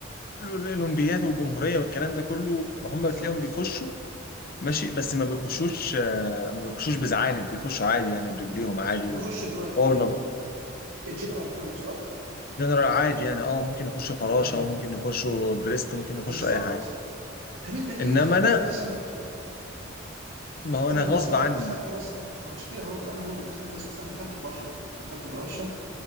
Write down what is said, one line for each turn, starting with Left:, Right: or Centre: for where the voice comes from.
Left: الاولمبياد والجمهوريه والكلام ده كله هم
Right: بالظبط
Left: بتلاقيهم بيخشوا ماشي بس ما بيخشوش آه، ما بيخشوش بزعانف بيخشوا عادي يعني برجليهم عادي و...
Right: ويخش اللي هو
Left: اه ما-
Right: الجنرال كله صح؟
Left: جنرال عادي يعني اه ممكن يخشوا فراشه
Right: امم
Left: ممكن يخشوا بريست ممكن
Right: بالظبط
Left: يخشوا اي حاجه
Right: طب انت ليه
Left: انما
Right: دخل انا
Left: انا
Right: اصلا
Left: ما هو انا
Right: انا
Left: غصب
Right: ومصطفى
Left: عني
Right: دخلت مثلا ما مش كده برضه انا برضه دخلت يس... انا دخلت فراشة قبل كده دخلت فراشة